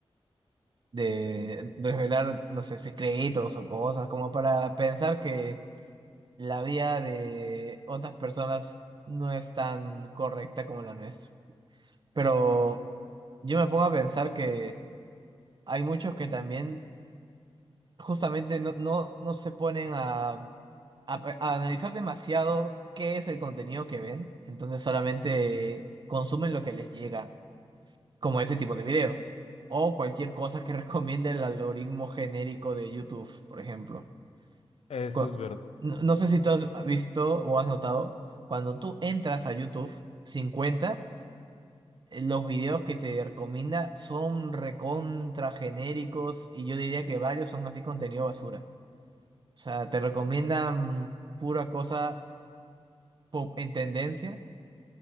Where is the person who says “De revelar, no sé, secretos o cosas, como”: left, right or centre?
Right